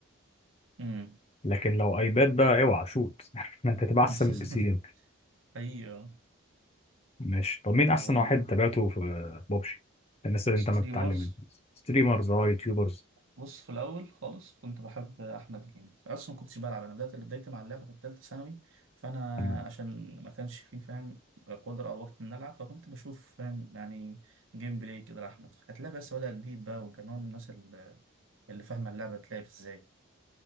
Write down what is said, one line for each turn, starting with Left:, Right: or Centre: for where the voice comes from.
Right: امم
Left: لكن لو ايباد بقى اوعى شوت <laughs> انت هتبقى احسن
Right: <laughs>
Left: من البي سي يمكن.
Right: حقيقة
Left: ماشي طب مين احسن
Right: آه،
Left: واحد تابعته في بابجي الناس اللي انت
Right: ستريمرز
Left: ما بتتعلم منهم ستريمرز اه يوتيوبرز
Right: بص في الأول خالص كنت بحب أحمد جيمز أصلا ما كنتش بلعب أنا بدأت بدايتي مع اللعبة كانت تالتة ثانوي فأنا
Left: تمام
Right: عشان ما كانش فيه فاهم قدرة أو وقت إن ألعب فكنت بشوف فاهم يعني جيم بلاي كده لأحمد فكانت لعبة بس بدأ جديد بقى وكان هو من الناس اللي اللي فاهمة اللعبة بتلعب إزاي